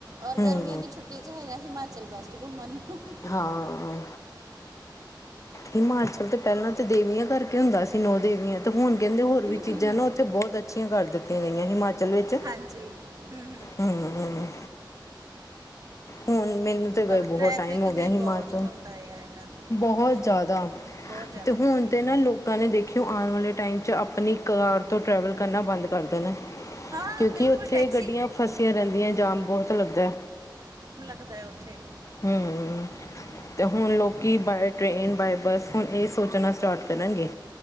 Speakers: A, on the right; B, on the left.
A: ਔਰ
B: ਹਮ
A: ਗਰਮੀਆਂ ਦੀ ਛੁੱਟੀ ਚ ਹੈਗਾ ਹਿਮਾਚਲ ਵੈਸਟ ਘੁੰਮਣ ਨੂੰ ਹਮ
B: ਹਾਂ ਹਿਮਾਚਲ ਤੇ ਪਹਿਲਾਂ ਤੇ ਦੇਵੀਆਂ ਕਰਕੇ ਹੁੰਦਾ ਸੀ ਨੌ ਦੇਵੀਆਂ ਤੇ ਹੁਣ ਕਹਿੰਦੇ ਹੋਰ ਵੀ
A: ਹਮ
B: ਚੀਜ਼ਾਂ
A: ਹਮ
B: ਨਾ ਉੱਥੇ ਬਹੁਤ ਅੱਛੀਆਂ ਕਰ ਦਿੱਤੀਆਂ ਗਈਆਂ ਹਿਮਾਚਲ ਵਿੱਚ
A: ਹਾਂਜੀ ਹੂੰ
B: ਹੂੰ। ਹੁਣ ਮੈਨੂੰ ਤੇ
A: ਪਰ
B: ਗਏ ਬਹੁਤ
A: ਟ੍ਰੈਫਿਕ
B: ਟਾਈਮ ਹੋ ਗਿਆ
A: ਵੀ
B: ਹਿਮਾਚਲ
A: ਬਹੁਤ ਹੁੰਦਾ ਹੈ ਇਹਨਾਂ
B: ਬਹੁਤ
A: ਦਿਨਾਂ 'ਚ
B: ਜ਼ਿਆਦਾ
A: ਬਹੁਤ ਜ਼ਿਆਦਾ
B: ਤੇ
A: ਟ੍ਰੈਫਿਕ
B: ਹੁਣ ਤੇ
A: ਹੈ
B: ਨਾ ਲੋਕਾਂ ਨੇ ਦੇਖਿਓ ਆਣ ਵਾਲੇ ਟਾਈਮ ਚ ਆਪਣੀ ਕਾਰ ਤੋਂ ਟ੍ਰੈਵਲ ਕਰਨਾ ਬੰਦ ਕਰਦੇ ਨੇ।
A: ਹਾਂ
B: ਕਿਉਂਕਿ
A: ਬਿਲਕੁਲ
B: ਉੱਥੇ
A: ਟੈਕਸੀ
B: ਗੱਡੀਆਂ ਫਸੀਆਂ ਰਹਿੰਦੀਆਂ ਜਾਮ ਬਹੁਤ ਲੱਗਦਾ ਐ।
A: ਦਾ ਐ ਉੱਥੇ।
B: ਹੂੰ
A: ਹੂੰ।
B: ਤੇ ਹੁਣ ਲੋਕੀ ਬਾਏ ਟ੍ਰਰੇਨ ਬਾਏ ਬੱਸ ਹੁਣ ਏ ਸੋਚਣਾ ਸਟਾਰਟ ਕਰਨਗੇ।